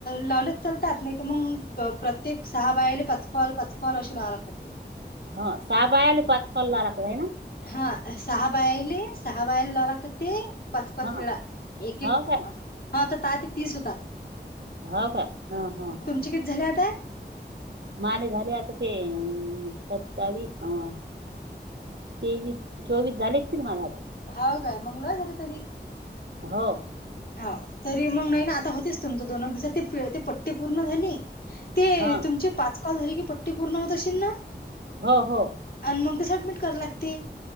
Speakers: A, on the left; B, on the right.
A: लावलेच चलतांत नाहीं तरं मंग. प्रत्येक सहा बायाले पांच कॉल पांच कॉल अशी लावावं लागतांत.
B: हं साहा बायले पांच कॉल लावावं लागतं होयं नां.
A: हां सहा बायेले सहा बांयलां लावावं लागतं ते. पांच पांच
B: हा
A: वेळां एक एक
B: हो काय
A: हां तरं दहा ते तीस होतांत.
B: हो कां हां हां.
A: तुंमचे किती झांले आंता.
B: माझे झाले आंता ते अं सत्तावी अं. तेवीस चोवीस झांले असतील माझे आंता.
A: हांव कायं मंग लई झाले तरी.
B: हो.
A: हां तरी मंग नाहीं नां आंता होतेच तुमचं दोन दिवसांत ते ते पट्टी पूर्ण झाली. ते
B: हा
A: तुंमचे पांच कॉल झाले की पट्टी पूर्ण होतं असशील नां.
B: हो हो.
A: अं मंग ते सडमिट करां लागते